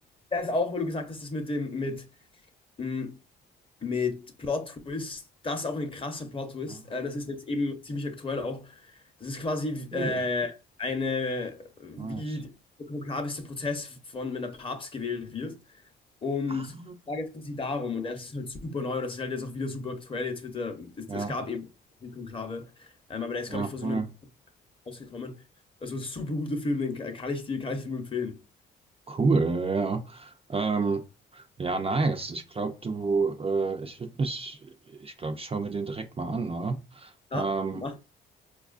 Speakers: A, on the left; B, on the right.
A: das auch, weil du gesagt hast, das mit dem, mit, mh, mit Plot-Twist. Das ist auch ein krasser Plot-Twist.
B: Ah,
A: Äh, das ist jetzt eben ziemlich aktuell auch. Das ist quasi
B: Cool.
A: äh, eine, wie
B: Nice.
A: der konklaveste Prozess von, wenn der Papst gewählt wird. Und
B: Ah,
A: da geht es darum. Und das ist halt super neu. Und das ist halt jetzt auch wieder super aktuell. Jetzt wird der, es,
B: ja,
A: es gab eben die Konklave. Ähm, aber der ist,
B: ja,
A: glaube ich, vor so
B: voll.
A: einem rausgekommen. Also super guter Film, den kann ich dir, kann ich dir nur empfehlen.
B: Cool, ja. ja. Ähm, ja, nice. Ich glaube, du, äh, ich würde mich, ich glaube, ich schaue mir den direkt mal an, ne? Ähm,
A: Ja, mach